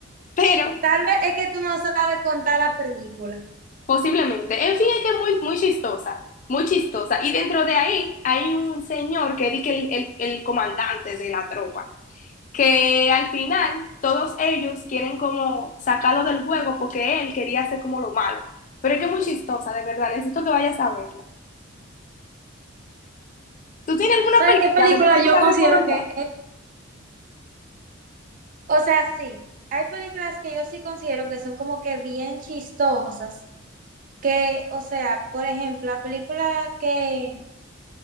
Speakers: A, on the left; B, on the right.
A: pero
B: Tal vez es que tú no sabes contar la película.
A: posiblemente. En fin, es que es muy, muy chistosa, muy chistosa. Y dentro de ahí hay un señor que es de que el, el el comandante de la tropa. que al final todos ellos quieren como sacarlo del juego porque él quería hacer como lo malo. Pero es que es muy chistosa, de verdad, necesito que vayas a verla. ¿Tú tienes alguna
B: ¿Sabes
A: película
B: qué película
A: que tú me
B: yo
A: quieras
B: considero
A: recomendar?
B: que es? O sea, sí, hay películas que yo sí considero que son como que bien chistosas, que, o sea, por ejemplo, la película que